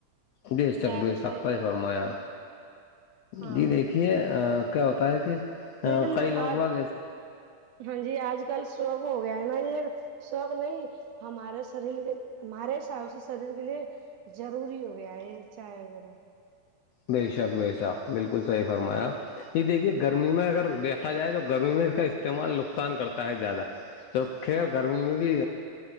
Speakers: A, on the left; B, on the right.
A: بے تک
B: زیادہ
A: بے
B: چائے
A: تک کا
B: پینے
A: ہی فرمایا
B: سے ہاں
A: جی دیکھیے کیا ہوتا ہے کہ
B: لیکن
A: کئی لوگ
B: آج
A: باگ
B: ہاں جی آج کل شوق ہو گیا ہے نا یہ شوق نہیں ہمارے شریر کے ہمارے حساب سے شریر کے لیے ضروری ہو گیا ہے چائے وغیرہ
A: بے شق بے شق بالکل صحی فرمایا یہ دیکھیے گرمی میں اگر دیکھا جائے تو گرمی میں اس کا استعمال نقصان کرتا ہے زیادہ تو کھیل گرمی میں بھی